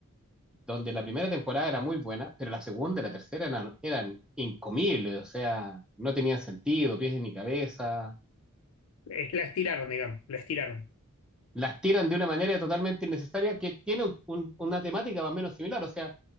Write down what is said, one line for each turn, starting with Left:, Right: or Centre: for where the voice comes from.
Centre: donde la primera temporada era muy buena, pero la segunda y la tercera eran, eran incomibles, o sea, no tenían sentido, pies ni cabeza.
Left: es- la estiraron, digamos, la estiraron.
Centre: Las tiran de una manera totalmente innecesaria que tiene un- un- una temática más o menos similar, o sea,